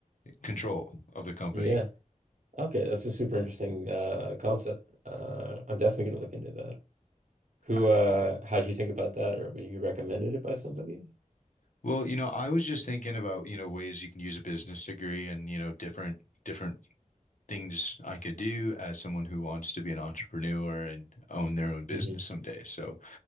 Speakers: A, on the left; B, on the right.
A: control of the company.
B: yeah. Okay, that's a super interesting uh concept. Uh I'm definitely gonna look into that. Who
A: I-
B: uh how'd you think about that or were you recommended it by somebody?
A: Well, you know, I was just thinking about, you know, ways you can use a business degree and, you know, different different things I could do as someone who wants to be an entrepreneur and own their own business
B: hmm
A: someday. So